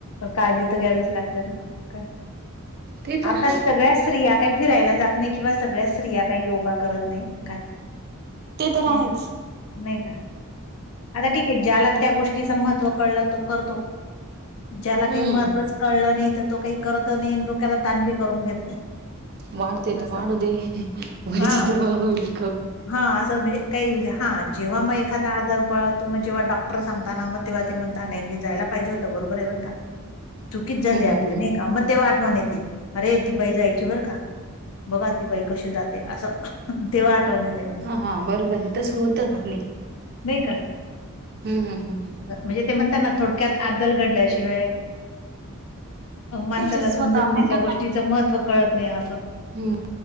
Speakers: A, on the left; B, on the right.
A: काळजी तर घ्यावीच लागते ना काय?
B: ते
A: अरे
B: तर
A: र्तर
B: आहे
A: सगळ्याच स्त्रिया काय फिरायला जात नाही किंवा सगळ्याच स्त्रिया काही योगा करत नाही, काय?
B: ते तर
A: नाही
B: आहेच
A: का? नाही का? आता ठीक आहे, ज्याला
B: आता
A: त्या गोष्टीच महत्त्व कळलं तो करतो, ज्याला काही
B: हम्म
A: महत्त्वच कळलं नाही तर तो काही करत नाही आणि डोक्याला ताण बी करून घेत नाही.
B: वाढते
A: असं
B: तर वाढू दे, वायच
A: हा
B: तर होईल कमी.
A: हा, असं म्हणजे, काही म्हणजे हा जेव्हा मग एखादा आजार बळवतो, मग जेव्हा डॉक् टर सांगतोना, मग तेव्हा ते म्हणता, नाही जायला पाहिजे होतं बरोबर आहे बर का. चुकीच झाले
B: हम्म
A: आपली, नाही का, म ते आठवण ये ते, अरे ती बाई जायची बरं का, बघा ती बाई कशी जाते, असं. तेव्हा आठवण येत.
B: हा बरोबर आहे, तस होतं, म्हणे.
A: नाही का?
B: हम्म हम्म.
A: म्हणजे ते म्हणताना थोडक्यात आद्दल घडल्याशिवाय. माणसाला
B: तेचच स्वतः
A: समजत
B: म्हणतात
A: नाही त्या
B: ना
A: गोष्टीचं
B: ते
A: महत्त्व कळत नाही असं.
B: हम्म